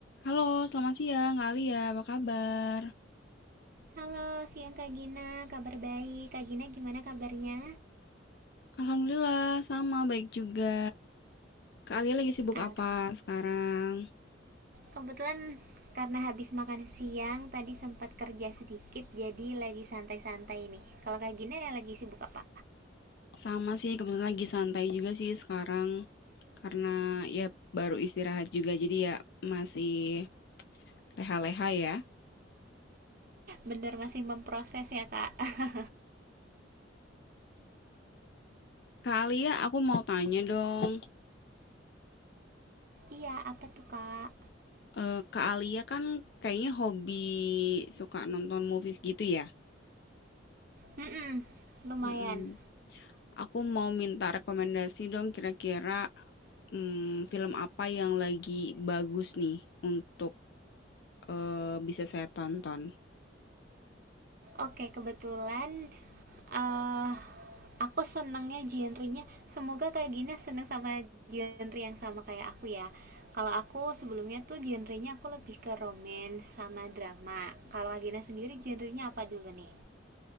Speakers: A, on the left (about 55°); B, on the right (about 50°).
A: Halo, selamat siang Kak Alia, apa kabar?
B: Halo, siang Kak Gina. Kabar baik. Kak Gina gimana kabarnya?
A: Alhamdulillah, sama baik juga. Kak Alia lagi sibuk
B: Ah,
A: apa sekarang?
B: kebetulan karena habis makan siang tadi sempat kerja sedikit jadi lagi santai-santai nih. Kalau Kak Gina ya lagi sibuk apa?
A: Sama sih, kebetulan lagi santai juga sih sekarang. Karena ya baru istirahat juga, jadi ya masih leha-leha ya.
B: Bener masih memproses ya, Kak? <laughs>
A: Kak Alia, aku mau tanya dong.
B: Iya, apa tuh, Kak?
A: Eh, Kak Alia kan kayaknya hobi suka nonton movies gitu ya?
B: Mm-mm, lumayan.
A: Mm-mm. Aku mau minta rekomendasi dong kira-kira Mmm, film apa yang lagi bagus nih untuk, eee, bisa saya tonton?
B: Oke, kebetulan eh aku senengnya genrenya. Semoga Kak Gina seneng sama genre yang sama kayak aku ya. Kalau aku sebelumnya tuh genrenya aku lebih ke romance sama drama. Kalau Kak Gina sendiri genrenya apa dulu nih?